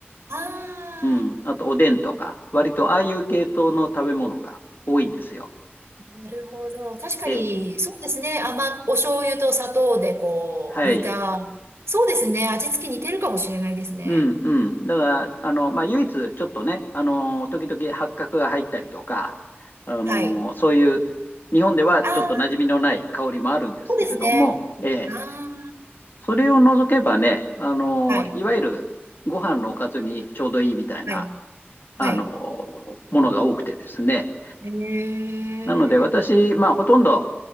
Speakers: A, on the right; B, on the left.
A: ああ、
B: うん、あとおでんとか、割とああいう系統の食べ物が多いんですよ。
A: なるほど。確かに、
B: ええ、
A: そうですね。甘、お醤油と砂糖でこう、
B: はい。
A: 煮た。そうですね。味付け似てるかもしれないですね。
B: うんうん。だから、あの、まあ、唯一、ちょっとね、あの、時々八角が入ったりとか、あの、
A: はい。
B: そういう、日本ではちょっと馴染みのない香りもあるんですけれども、
A: ああ、そうですね。
B: ええ、
A: あ
B: それを除けばね、あの、
A: あ、はい。
B: いわゆるご飯のおかずにちょうどいいみたいな、
A: はい。
B: あの、
A: はい。
B: ものが多くてですね。
A: へえ。
B: なので、私、まあ、ほとんど、